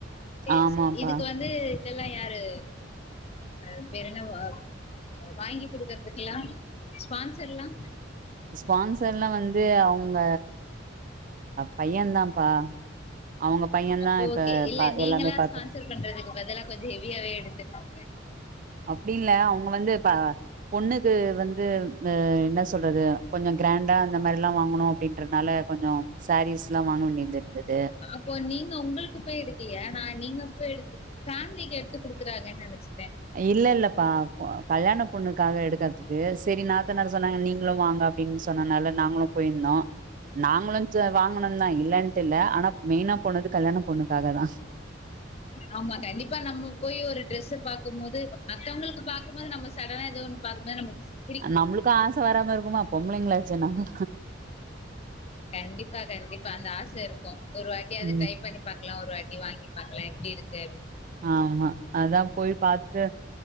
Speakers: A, on the left; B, on the right.
A: சேரி
B: ஆமாப்பா
A: சேரி இதுக்கு வந் வந்து இதெல்லா யாரு அ பேர் என்ன ஓ வாங்கி குடுக்கறதுக்ல்லா ஸ்பான்சர்ல்லா
B: ஸ்பான்சர்ல்லா வந்து அவுங்க பையந்தாப்பா அவுங்க பையந்தா
A: அப்போ
B: இப்ப
A: ஓகே இல்ல நீங்களா
B: எல்லாமே பாத்துட்
A: <unintelligible> பண்றதுக்கு பதிலா கொஞ்சோ ஹெவியாவே எடுத்துக்கோங்க
B: அப்டின் இல்ல அவுங்க வந்து பா பொண்ணுக்கு வந்து அ என்ன சொல்றது கொஞ்சோ கிராண்டா அந்த மாரி எல்லா வாங்கணு அப்டின்ற ஆனால கொஞ்சோ சாரீஸ்ல்லா வாங்க வேண்டியது இருந்தது
A: இப்போ நீங்க உங்களுக்கு போய் எடுக்கலயா நா நீங்க போய் எடுத்து ஃபேமிலிக்கு எடுத்து குடுக்குறாங்கன்னு நெனைச்ச
B: இல்லல்லப்பா கல்யாண பொண்ணுக்காக எடுக்கறதுக்கு செரி நாத்தனார் சொன்னாங்க நீங்களு வாங்க அப்டின்னு சொன்னதுனால நாங்களு போயிருந்தோ நாங்களு வாங்குனந்தா இல்லன்ட்டு இல்ல ஆனா மெயினா போனது கல்யாண பொண்ணுக்காக தா
A: ஆமா கண்டிப்பா நம்ம போய் ஒரு ட்ரெஸ் பாக்கும் போது மத்தவங்களுக்கு பாக்கும்போது நம்ம சடனா ஏதோ ஒன்னு <unintelligible>
B: நம்ளுக்கு ஆச வராம இருக்குமா பொம்பளைங்களாச்சே நம்ம
A: கண்டிப்பா கண்டிப்பா அந்த ஆச இருக்கு ஒரு வாட்டியாவது
B: ம்
A: ட்ரை பண்ணி பாக்லா ஒரு வாட்டி வாங்கி பாக்லா எப்டி இருக்கு அப்டின்
B: ஆமா அதா போய் பாத்துட்டு